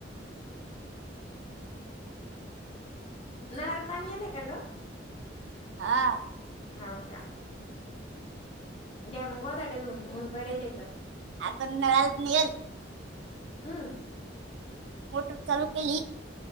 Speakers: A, on the left; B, on the right.
A: नळा ला पाणी यायलाय का ग <inaudible>
B: <inaudible> हा- <inaudible>
A: हाव का <inaudible> <inaudible> घ्या मग गोधड्या धून ऊन पडेल हाय त
B: <inaudible> आता नळा ले नही येल <inaudible>
A: <inaudible> अ <inaudible>
B: मोटर चालू केली, <inaudible>